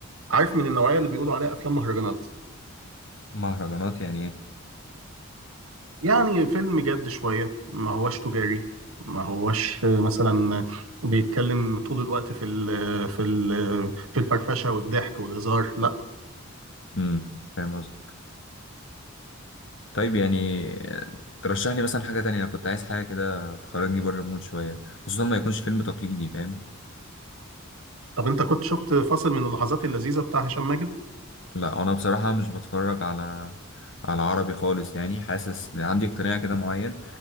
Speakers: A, on the right; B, on the left.
A: عارف من النوعية اللي بيقولوا عليها أفلام مهرجانات
B: مهرجانات يعني ايه
A: يعني فيلم جد شوية ما هوش تجاري ما هوش مثلا بيتكلم طول الوقت في ال في ال في الفرفشة والضحك والهزار لا
B: امم فاهم قصدي طيب يعني آه، ترشح لي مثلا حاجه تانية انا كنت عايز حاجه كده تخرجني بره المود شويه خصوصا ما يكونش فيلم تقليدي فاهم
A: طب انت كنت شفت فاصل من اللحظات اللذيذة بتاع هشام ماجد
B: لا انا بصراحه مش بتفرج على على عربي خالص يعني حاسس عندي اقتناع كده معين